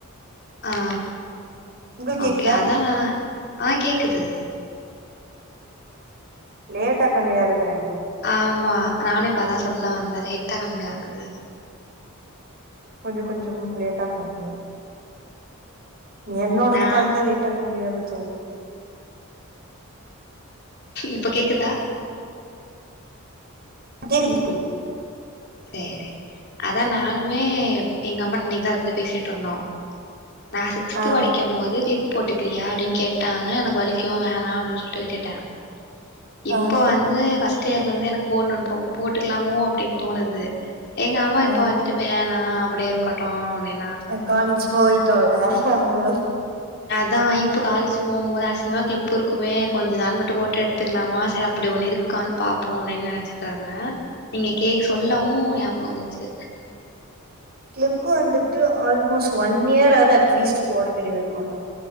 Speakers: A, on the left; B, on the right.
A: ஆ
B: உங்களுக்கு கேக்குதா
A: ஓகே அதா ஆ கேக்குது
B: லேட்டா கன்வே ஆகுது ந
A: ஆமா நானு இப்பதா சொல்ல வந்தே லேட்டா கன்வே ஆகுது
B: கொஞ்ச கொஞ்சம் லேட்டாகாங்கிய என்னோடத்து
A: நா
B: கால்தா லேட்டா கண்வே ஆகுதோ
A: இப்ப கேக்குதா
B: கேட்குது கேட்குது
A: சரி அதான் நானுமே எங்க அம்மா இன்ங்க அதை பத்தி பேசிட்டு இருந்தோ நான் சிக்ஸ்த்
B: ஆ
A: படிக்கும்ப போது கிப் போட்டுக்கிறியா அப்படின்னு கேட்டாங்க எனக்கு வலிக்கும் வேணாம் அப்படின்னு சொல்லிட்டுட்டுட்டேன் இப்போ
B: ஆ
A: வந்து ஃபர்ஸ்ட் ஸ்டேர்லேந்து எனக்கு போடணும்னு போ போட்டுக்கலாமோ அப்படின்னு தோணுது எங்க அம்மா இப்ப
B: ஆ
A: வந்துட்டு வேன் ஆ அப்படி இருக்கட்டு அப்படின்னு
B: அஹ் காலேஜ் போயிட்டோம்ல அதனால
A: ான் இப்போ காலேஜ் போகும்போது அசிங்கமா கிளிப்பு இருக்குமே கொஞ்ச நாள் மட்டும் போட்டோ எடுத்துக்கலாம சரி அப்படி ஒன்று இருக்கான்னு ப பா்ப்போம் அப்படின்னு நினைச்சிடுறாங்க நீங்க கே்க சொல்லவும் ஞாபகம் வந்துச்சு
B: கிளிப் கு வந்துட்டு ஆல்மோஸ்ட் ஒன் ஈயர் ஆது அட்லீஸ்ட் போட வேண்டியது இருக்கோல